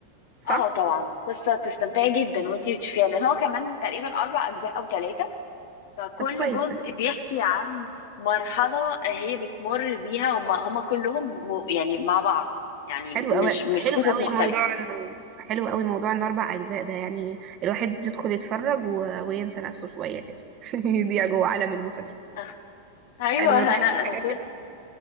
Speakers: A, on the right; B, on the left.
A: صح
B: اه طبعا قصه تستمتعي جدا وانتي بتشوفيها لان هو كمان تقريبا اربع اجزاء او ثلاثه فكل
A: طب كويس
B: جزء
A: ده
B: بيحكي عن مرحلة آه، هي بتمر بيها هم هم كلهم م- يعني مع بعض يعني
A: حلو
B: مش
A: قوي حلو
B: مش قصص
A: قوي
B: مختلفة
A: موضوع انه حلو قوي موضوع انه اربع اجزاء ده يعني الواحد يدخل يتفرج و... وينسى نفسه شوية كده <laughs> يضيع جوه عالم المسلسل
B: <laughs> ايوه
A: حلو انا بحب
B: انا انا
A: الحاجات
B: كنت
A: دي